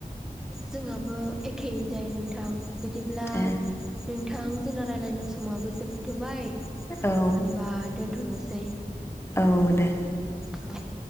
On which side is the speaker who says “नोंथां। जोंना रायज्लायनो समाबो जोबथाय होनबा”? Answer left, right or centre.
Centre